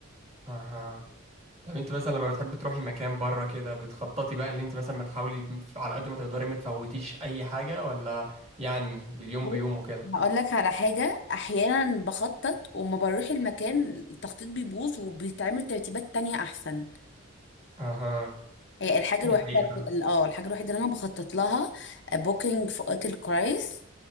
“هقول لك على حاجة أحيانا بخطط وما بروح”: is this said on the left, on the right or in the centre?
Left